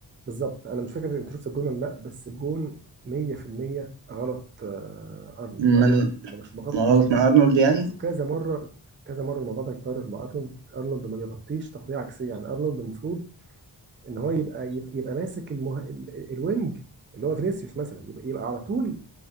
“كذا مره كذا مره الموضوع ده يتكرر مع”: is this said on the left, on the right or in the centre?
Right